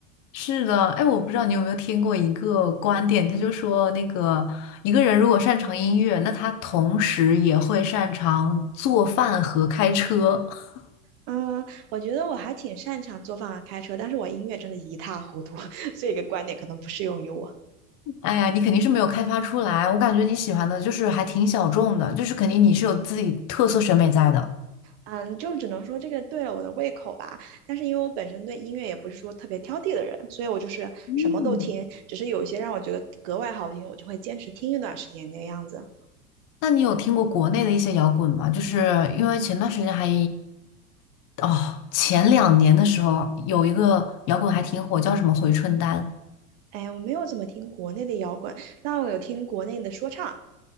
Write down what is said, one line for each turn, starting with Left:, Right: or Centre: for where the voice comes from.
Left: 是的，哎，我不知道你有没有听过一个观点，他就说那个一个人如果擅长音乐，那他同时也会擅长做饭和开车。<laughs>
Right: 嗯，我觉得我还挺擅长做饭和开车，但是我音乐真的一塌糊涂，<laughs> 所以这个观点可能不适用于我。
Left: 哎呀，你肯定是没有开发出来，我感觉你喜欢的就是还挺小众的，就是肯定你是有自己特色审美在的。
Right: 嗯，就只能说这个对了我的胃口吧。但是因为我本身对音乐也不是说特别挑剔的人，所以我就是什么都听，
Left: 嗯，
Right: 只是有一些让我觉得格外好听，我就会坚持听一段时间那个样子。
Left: 那你有听过国内的一些摇滚吗？就是因为前段时间还哦，前两年的时候有一个摇滚还挺火，叫什么回春丹。
Right: 哎呀，我没有怎么听国内的摇滚，但我有听国内的说唱。